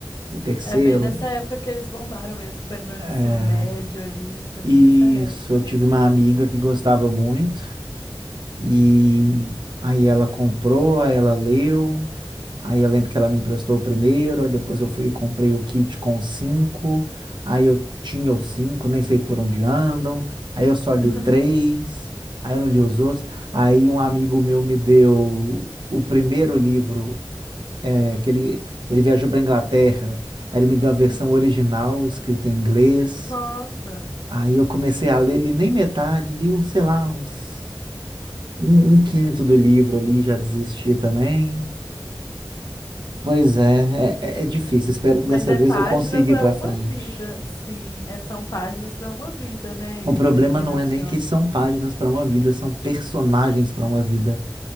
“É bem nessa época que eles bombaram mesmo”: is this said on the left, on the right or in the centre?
Left